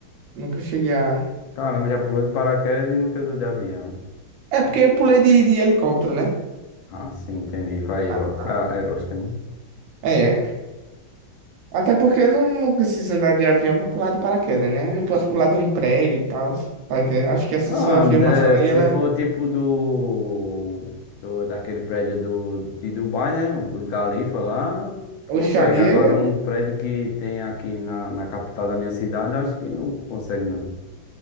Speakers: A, on the right; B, on the left.
A: Nunca cheguei a.
B: Caramba, já pulou de paraquedas e nunca andou de avião.
A: É porque eu pulei de, de helicóptero, né?
B: Ah, sim, entendi. Foi, a ilo-
A: Ah,
B: foi
A: ah.
B: a- é lógica, né?
A: É. Até porque não, não precisa andar de avião pra pular de paraquedas, né? Eu posso pular de um prédio e tal. Tá entendendo? Acho que essa
B: Ah,
A: sua afirmação
B: né,
A: aí,
B: se
A: ela.
B: for tipo do, do daquele prédio do, de Dubai, né? O Burj Khalifa lá, tu
A: Oxali
B: consegue. Agora
A: é-
B: um prédio que tem aqui na, na capital da minha cidade, eu acho que não consegue não.